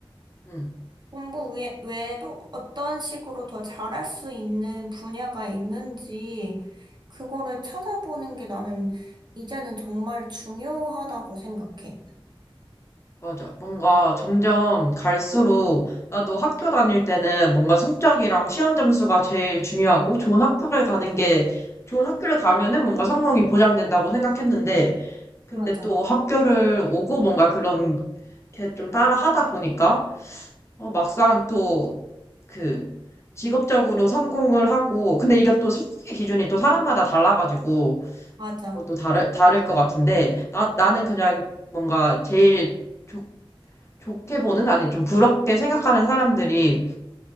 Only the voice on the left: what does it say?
응,
맞아. 뭔가 점점 갈수록 나도 학교 다닐 때는 뭔가 성적이랑 시험 점수가 제일 중요하고 좋은 학교를 가는 게 좋은 학교를 가면은 뭔가 성공이 보장된다고 생각했는데 근데
또 학교를 오고 뭔가 그런 게 좀 따라 하다 보니까 어, 막상 또 그 직업적으로 성공을 하고 근데 이게 또 성공의 기준이 또 사람마다 달라가지고
그것도 다를, 다를 것 같은데, 나, 나는 그냥 뭔가 제일 좋, 좋게 보는, 아니 좀 부럽게 생각하는 사람들이